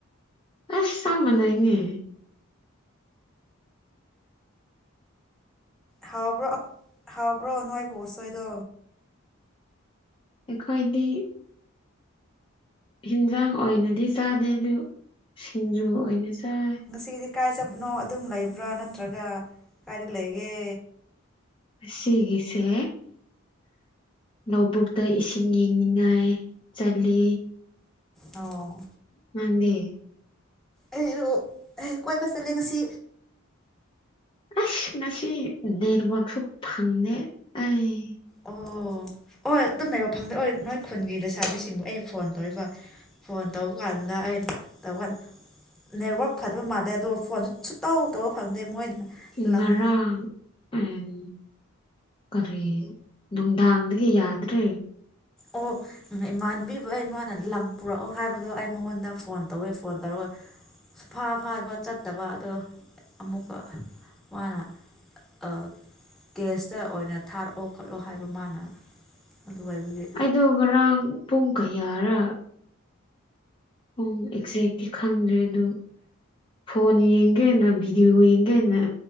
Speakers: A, on the left (about 25°); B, in the centre.
A: ꯑꯁ ꯆꯝ ꯃꯟꯅꯩꯅꯦ
B: ꯍꯥꯎꯕ꯭ꯔꯣ ꯍꯥꯎꯕ꯭ꯔꯣ ꯅꯥꯏꯕꯨ ꯎꯁꯣꯏꯗꯣ
A: ꯑꯩꯈꯣꯏꯗꯤ ꯌꯦꯟꯖꯥꯡ ꯑꯣꯏꯅꯗꯤ ꯆꯥꯗꯦ ꯑꯗꯨ ꯁꯤꯡꯖꯨ ꯑꯣꯏꯅ ꯆꯥꯏ
B: ꯉꯁꯤꯒꯤꯗꯤ ꯀꯥꯏ ꯆꯠꯄꯅꯣ ꯑꯗꯨꯝ ꯂꯩꯕ꯭ꯔꯥ ꯅꯠꯇ꯭ꯔꯒ ꯀꯥꯏꯗ ꯂꯩꯒꯦ
A: ꯁꯤꯒꯤꯁꯦ ꯂꯧꯕꯨꯛꯇ ꯏꯁꯤꯡ ꯌꯦꯡꯅꯤꯡꯉꯥꯏ ꯆꯠꯂꯤ
B: ꯑꯣ
A: ꯅꯪꯗꯤ
B: ꯑꯩꯂꯨ ꯀꯣꯏꯕ ꯆꯠꯂꯦ ꯉꯁꯤ
A: ꯑꯁ ꯉꯁꯤ ꯅꯦꯠꯋꯥꯛꯁꯨ ꯐꯪꯉꯦ ꯑꯩ
B: ꯑꯣ ꯑꯣ ꯑꯣꯏ ꯑꯗꯨꯝ ꯂꯩꯕ ꯐꯪꯗꯦ ꯑꯣꯏ ꯅꯣꯏ ꯈꯨꯟꯒꯤ ꯂꯩꯁꯥꯕꯤꯁꯤꯡꯕꯨ ꯑꯩ ꯐꯣꯟ ꯇꯧꯔꯤꯕ ꯐꯣꯟ ꯇꯧꯕ ꯀꯥꯟꯗ ꯑꯩꯅ ꯇꯧꯀꯥꯟ ꯅꯦꯠꯋꯥꯛ ꯐꯗꯣ ꯃꯥꯗꯗꯣ ꯐꯣꯟꯖꯨ ꯁꯨꯛꯇꯧ ꯇꯧꯕ ꯐꯪꯗꯦ ꯃꯣꯏꯅ
A: ꯎꯝ
B: ꯂꯪ
A: ꯉꯔꯥꯡ ꯎꯝ ꯀꯔꯤ ꯅꯨꯡꯗꯥꯡꯗꯒꯤ ꯌꯥꯗ꯭ꯔꯦ
B: ꯑꯣ ꯏꯃꯥꯟꯕꯤꯕ ꯑꯩ ꯃꯥꯅ ꯂꯪ ꯄꯨꯔꯛꯑꯣ ꯍꯥꯏꯕꯗꯣ ꯑꯩ ꯃꯉꯣꯟꯗ ꯐꯣꯟ ꯇꯧꯋꯦ ꯐꯣꯟ ꯇꯧꯔꯒ ꯁꯨꯐꯥ ꯐꯥꯕ ꯆꯠꯇꯕ ꯑꯗꯣ ꯑꯃꯨꯛꯀ ꯃꯥꯅ ꯑ ꯒꯦꯁꯇ ꯑꯣꯏꯅ ꯊꯥꯔꯛꯑꯣ ꯈꯣꯠꯂꯣ ꯍꯥꯏꯕ ꯃꯥꯅ ꯑꯗꯨ ꯑꯣꯏꯕꯒꯤ
A: ꯑꯩꯗꯣ ꯉꯔꯥꯡ ꯄꯨꯡ ꯀꯌꯥꯔ ꯄꯨꯡ ꯑꯦꯛꯖꯦꯛꯇꯤ ꯈꯪꯗ꯭ꯔꯦ ꯑꯗꯨ ꯐꯣꯟ ꯌꯦꯡꯒꯦꯅ ꯚꯗꯤꯑꯣ ꯌꯦꯡꯒꯦꯅ